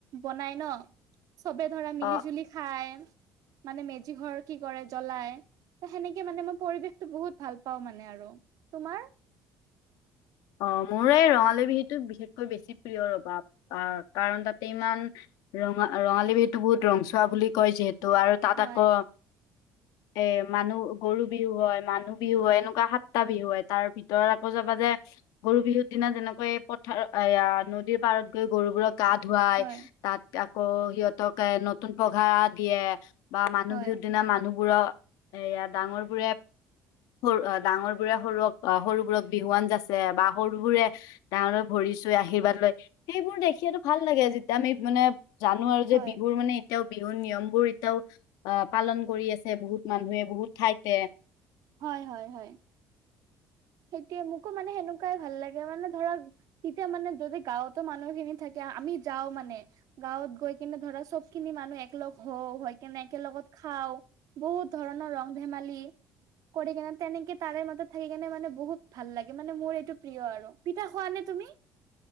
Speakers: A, on the right (about 65°); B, on the left (about 70°).
A: বনাই ন চবে ধৰা মিলি
B: অ
A: জুলি। খাই, মানে মেজি ঘৰ কি কৰে জ্বলায়। ত সেনেকে মানে মই পৰিৱেশতটো বহুত ভাল পাও মানে আৰু, তোমাৰ?
B: অ মোৰ এই ৰঙালী বিহুতটো বিশেষকৈ বেছি প্ৰিয় ৰভাৱ আহ কাৰণ তাতে ইমান ৰঙা ৰঙালী বিহুটো বহুত ৰংচোৱা বুলি কয় যিহেতু আৰু তাত
A: হয়
B: আকৌ এ মানুহ গৰু বিহু হয় মানুহ বিহু হয় এনেকুৱা সাতটা বিহু হয় তাৰ ভিতৰত আকৌ যাবা যে গৰু বিহুৰ দিনা যেনেকৈ পথাৰ এয়া নদীৰ পাৰত গৈ গৰুবোৰক গা ধুৱাই
A: হয়
B: তাত আকৌ সিহঁতক এ নঊঊতুন পঘা দিয়ে। বা মানুহ
A: হয়
B: বিহুৰ দিনা মানুহবোৰৰ- এয়া ডাঙৰ বোৰে সৰু ডাঙৰ বোৰে সৰুক সৰুবোৰক বিহুৱান যা- আ বা সৰুবোৰে- ডাঙৰক ভৰি চুয়ে আশীৰ্বাদ লয় সেইবোৰ দেখিয়ো ভাল লাগে যেতিয়া আমি মানে জানো আৰু যে
A: হয়
B: বিহুৰ মানেই এতিয়াও বিহুৰ নিয়ম বোৰ এতিয়াও আহ পালন কৰি আছে বহুত মানুহে বহুত ঠাইতে
A: হয় হয় হয় সেইতোয়ে মোকো মানে সেনেকুৱাই ভাল লাগে মানে ধৰক তেতিয়া মানে যদি গাঁৱতো মানুহ খিনি থাকে আমি যাওঁ মানে গাঁৱত গৈ কিনে ধৰা চবখিনি মানুহ একলগ হওঁ হৈ কিনে একেলগত খাওঁ বহুত ধৰণৰ ৰং ধেমালি কৰি কিনে তেনেকে তাৰে মাজত থাকি কেনে মানে বহুত ভাল লাগে মানে মোৰ এইটো প্ৰিয় আৰু পিঠা খোৱা নে তুমি?